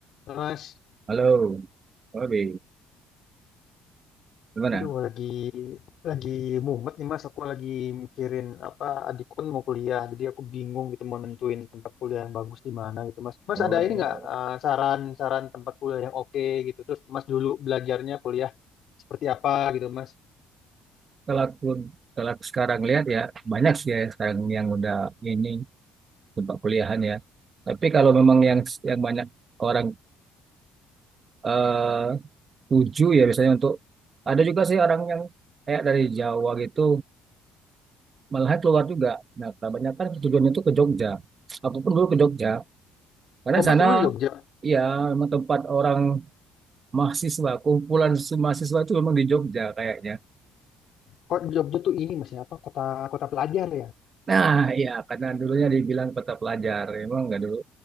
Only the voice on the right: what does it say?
Halo, oke, gimana?
Oh,
kalau aku kalau aku sekarang lihat ya banyak sih ya sekarang yang udah ini tempat kuliahan ya. Tapi kalau memang yang yang banyak orang eh, tuju ya biasanya untuk ada juga sih orang yang kayak dari Jawa gitu malah keluar juga. Nah, kebanyakan tujuannya itu ke Jogja. Aku pun dulu ke Jogja karena
sana
ya memang tempat orang mahasiswa kumpulan mahasiswa itu memang di Jogja kayaknya.
Nah, ya karena dulunya dibilang kota pelajar, emang nggak dulu.